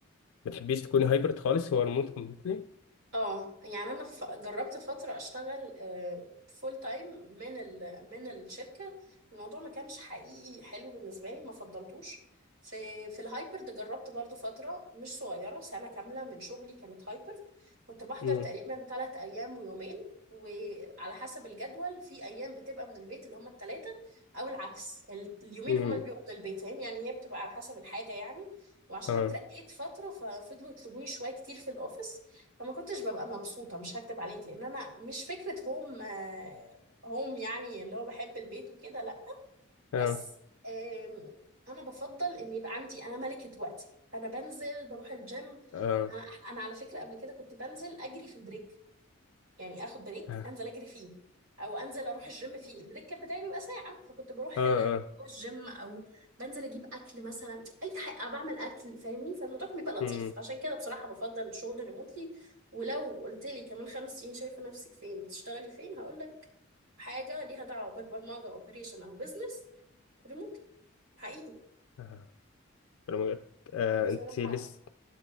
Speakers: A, on the left; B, on the right.
A: ما بتحبيش تكوني هايبرد خالص هو ريموت كومبليتلي
B: اه يعني انا ف... جربت فتره اشتغل فول تايم من ال... من الشركه الموضوع ما كانش حقيقي حلو بالنسبه لي ما فضلتوش في في الهايبرد جربت برضو فتره مش صغيره سنه كامله من شغلي كانت هايبرد كنت بحضر
A: امم
B: تقريبا ثلاث ايام ويومين وعلى حسب الجدول في ايام بتبقى من البيت اللي هما الثلاثه او العكس ال- اليومين
A: امم
B: هما اللي بيبقوا من البيت فاهم يعني هي بتبقى على حسب الحاجه يعني وعشان
A: اه
B: اترقيت فتره ففضلوا يطلبوني شويه كتير في الاوفيس فما كنتش ببقى مبسوطة مش هكدب عليك لأن أنا مش فكرة هوم آه، هوم يعني اللي هو بحب البيت وكده لأ بس
A: اه
B: آم، أنا بفضل إن يبقى عندي أنا ملكة وقتي أنا بنزل بروح الجيم
A: اه
B: أنا أنا على فكرة قبل كده كنت بنزل أجري في البريك يعني اخد بريك
A: اه
B: انزل اجري فيه او انزل اروح الجيم فيه البريك كان بتاعي بيبقى ساعه فكنت بروح
A: اه
B: ال- الجيم او بنزل اجيب اكل مثلا اي حاجه أو بعمل اكل فاهمني فالموضوع كان بيبقى لطيف
A: امم
B: عشان كده بصراحه بفضل الشغل ريموتلي ولو قلت لي كمان خمس سنين شايفه نفسك فين بتشتغلي فين هقول لك حاجه ليها دعوه بالبرمجه او اوبريشن او بزنس ريموتلي حقيقي
A: اه آه. آه. آه. آه.
B: بصراحه
A: آه. آه. آه. آه. انت لسه